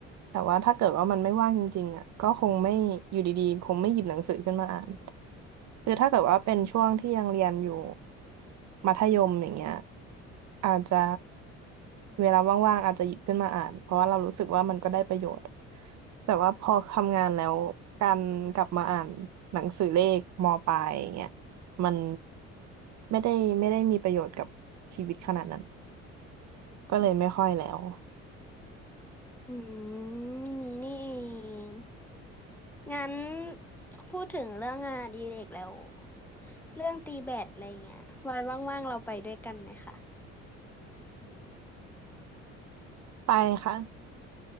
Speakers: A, on the right; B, in the centre.
A: แต่ว่าถ้าเกิดว่ามันไม่ว่างจริงๆอ่ะก็คงไม่อยู่ดีๆคงไม่หยิบหนังสือขึ้นมาอ่านคือถ้าเกิดว่าเป็นช่วงที่ยังเรียนอยู่มัธยมอย่างเงี้ยอาจจะเวลาว่างๆอาจจะหยิบขึ้นมาอ่านเพราะว่าเรารู้สึกว่ามันก็ได้ประโยชน์แต่ว่าพอทำงานแล้วการกลับมาอ่านหนังสือเลขมปลายอย่างเงี้ย มันไม่ได้ไม่ได้มีประโยชน์กับชีวิตขนาดนั้นก็เลยไม่ค่อยแล้ว
B: อืมอย่างนี้นี่เองงั้นพูดถึงเรื่องงานอดิเรกแล้ว เรื่องตีแบดอะไรเงี้ยไว้ว่างๆเราไปด้วยกันไหมคะ
A: ไปค่ะ